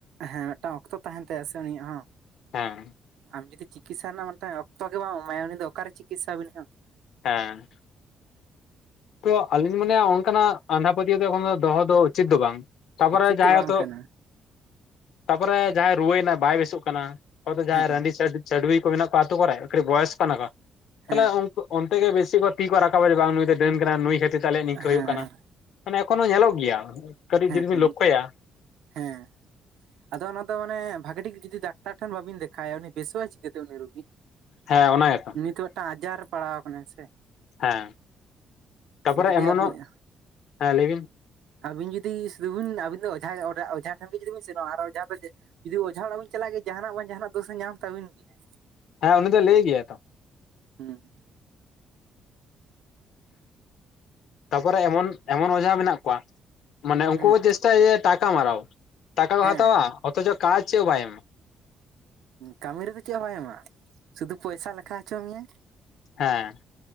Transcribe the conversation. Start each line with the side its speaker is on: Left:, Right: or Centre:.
Right: ᱦᱮᱸ ᱢᱤᱫᱴᱟᱝ ᱚᱠᱛᱚ ᱛᱟᱦᱮᱱ ᱛᱟᱭᱟ ᱥᱮ ᱩᱱᱤᱭᱟᱜ ᱦᱚᱸ
Left: ᱦᱮᱸ᱾
Right: ᱟᱢ ᱡᱩᱫᱤ ᱪᱤᱠᱤᱛᱥᱟ ᱨᱮᱱᱟᱜ ᱮᱢ ᱢᱮᱱᱛ ᱚᱠᱛᱚ ᱜᱮ ᱵᱟᱢ ᱮᱢᱟᱭᱟ ᱩᱱᱤ ᱫᱚ ᱚᱠᱮ ᱪᱤᱠᱤᱛᱥᱟ ᱵᱮᱱᱟ ᱾
Left: ᱦᱮᱸ᱾ ᱛᱚ ᱟᱞᱤᱧ ᱢᱚᱱᱮᱭᱟ ᱚᱱᱠᱟᱱᱟᱜ ᱟᱸᱫᱷᱟ ᱯᱟᱹᱛᱭᱟᱹᱣ ᱮᱠᱷᱚᱱ ᱫᱚᱦᱚ ᱫᱚ ᱩᱪᱤᱛ ᱫᱚ ᱵᱟᱝ᱾ ᱛᱟᱯᱚᱨᱮ
Right: ᱩᱪᱤᱛ
Left: ᱡᱟᱦᱟᱸ
Right: ᱫᱚ ᱵᱟᱝ
Left: ᱦᱚᱭᱛᱳ
Right: ᱠᱟᱱᱟ
Left: ᱛᱟᱯᱚᱨᱮ ᱡᱟᱦᱟᱸᱭ ᱨᱩᱣᱟᱹᱭᱮᱱᱟ ᱵᱟᱭ ᱵᱮᱥᱚᱜ ᱠᱟᱱᱟ, ᱟᱭ ᱫᱚ ᱡᱟᱦᱟᱸᱭ
Right: ᱦᱮᱸ
Left: ᱨᱟᱺᱰᱤ ᱪᱟᱹᱰ ᱪᱟᱹᱰᱣᱤ ᱠᱚ ᱢᱮᱱᱟᱜ ᱠᱚᱣᱟ ᱟᱛᱳ ᱠᱚᱨᱮᱴᱤᱡ ᱵᱚᱭᱚᱥ ᱠᱟᱱᱟ ᱠᱚ
Right: ᱦᱮᱸ
Left: ᱛᱟᱦᱚᱞᱮ ᱩᱱ ᱜᱮ ᱵᱮᱥᱤ ᱠᱚ ᱛᱤ ᱠᱚ ᱨᱟᱠᱟᱵᱟ ᱵᱟᱝ ᱱᱩᱭ ᱫᱚ ᱰᱟᱹᱱ ᱠᱟᱱᱟ ᱱᱩᱭ ᱠᱷᱟᱹᱛᱤᱨ ᱛᱮ ᱟᱮᱭᱟᱜ ᱱᱝᱠᱟᱹ
Right: ᱦᱮᱸ
Left: ᱦᱩᱭᱩᱜ ᱠᱟᱱᱟ᱾ ᱢᱟᱱᱮ ᱮᱠᱷᱚᱱᱳ ᱧᱮᱞᱚᱜ ᱜᱮᱭᱟ᱾ ᱠᱟᱹᱴᱤᱡ
Right: ᱦᱮᱸ
Left: ᱡᱩᱫᱤ ᱵᱤᱱ ᱞᱚᱠᱠᱷᱚᱭᱟ
Right: ᱦᱮᱸ᱾ ᱟᱫᱚ ᱚᱱᱟ ᱫᱚ ᱢᱟᱱᱮ ᱵᱷᱟᱜᱤ ᱴᱷᱤᱠ ᱡᱩᱫᱤ ᱰᱟᱛᱟᱨ ᱴᱷᱮᱱ ᱵᱵᱤᱱ ᱫᱮᱠᱷᱟᱟᱭᱭᱟ ᱩᱱᱤ ᱵᱮᱥᱚᱜᱟᱭ ᱪᱤᱠᱟᱹᱛᱮ ᱩᱱᱤ ᱨᱩᱜᱤ?
Left: ᱦᱮᱸ ᱚᱱᱟ ᱜᱮᱛᱚ
Right: ᱱᱤᱛ ᱢᱤᱫᱴᱟᱝ ᱟᱡᱟᱨ ᱯᱟᱲᱟᱣ ᱠᱟᱱᱟᱭ ᱥᱮ᱾
Left: ᱦᱮᱸ ᱛᱟᱯᱚᱨᱮ
Right: ᱟᱫᱚ ᱡᱩᱫᱤ
Left: ᱮᱢᱚᱱᱚᱜ
Right: ᱟᱵᱤᱱ
Left: ᱦᱮᱸ ᱞᱟᱹᱭ ᱵᱤᱱ
Right: ᱟᱹᱵᱤᱱ ᱡᱩᱫᱤ ᱛᱤ ᱫᱩᱵᱩᱱ ᱟᱵᱩ ᱫᱚ ᱚᱡᱷᱟ ᱚᱡᱷᱟᱷᱮᱱᱜ ᱜᱮ ᱡᱩᱫᱤ ᱵᱤᱱ ᱥᱮᱱᱚᱜ ᱟᱨ ᱚᱡᱷᱟ ᱫᱚ ᱡᱩᱫᱤ ᱚᱡᱷᱟ ᱚᱲᱟᱜ ᱵᱤᱱ ᱪᱟᱞᱟᱜ ᱜᱮᱭᱟ ᱡᱟᱦᱟᱱᱟᱜ ᱵᱟᱝ ᱡᱟᱦᱟᱱᱟᱜ ᱫᱳᱥᱮ ᱧᱟᱢ ᱛᱟᱵᱤᱱ ᱜᱮᱭᱟ᱾
Left: ᱦᱮᱸ ᱩᱱᱤ ᱫᱚ ᱞᱟᱹᱭ ᱜᱮᱭᱟᱭ ᱛᱚ᱾
Right: ᱦᱮᱸ᱾
Left: ᱛᱟᱯᱚᱨᱮ ᱮᱢᱚᱱ ᱮᱢᱚᱱ ᱚᱡᱦᱟ ᱢᱮᱱᱟᱜ ᱠᱚᱣᱟ ᱢᱟᱱᱮ ᱩᱝᱠᱩ
Right: ᱦᱮᱸ
Left: ᱠᱚ ᱪᱮᱥ ᱪᱟᱭᱮ ᱴᱠᱟ ᱢᱟᱨᱟᱣ, ᱴᱟᱠᱟ ᱠᱚ
Right: ᱦᱮᱸ
Left: ᱦᱟᱛᱟᱣᱟ ᱚᱛᱷᱚᱪᱚ ᱠᱟᱡ ᱪᱮᱜ ᱵᱟᱭ ᱮᱢ᱾
Right: ᱠᱟᱹᱢᱤ ᱨᱮᱫᱚ ᱪᱮᱜ ᱦᱚᱸ ᱵᱟᱭ ᱮᱢᱟ, ᱥᱩᱫᱷᱩ ᱯᱚᱭᱥᱟ ᱞᱮᱠᱷᱟ ᱦᱚᱪᱚ ᱢᱮᱭᱟᱭ
Left: ᱦᱮᱸ